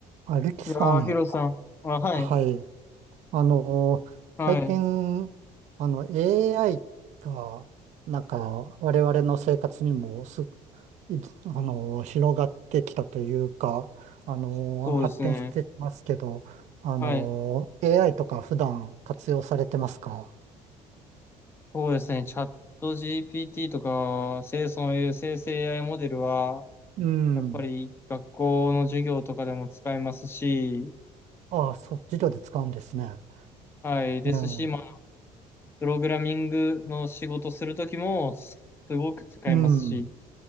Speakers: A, on the right (about 55°); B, on the left (about 15°).
A: あ、リキさん、
B: いやー、ヒロさん。あ、はい、
A: はい。あの最近、
B: はい。
A: あの、AI が、なんか、我々の生活にもす、いあの広がってきたというか、あの発展してきますけど、
B: そうですね。
A: あの
B: はい。
A: AI とか普段活用されてますか
B: そうですね。チャット GPT とか、せいそういう生成 AI モデルは、
A: うん。
B: やっぱり学校の授業とかでも使えますし、
A: ああ、そう、授業で使うんですね。
B: はい。ですし、
A: ええ
B: まあ、プログラミングの仕事するときも、すごく使えますし、
A: うん。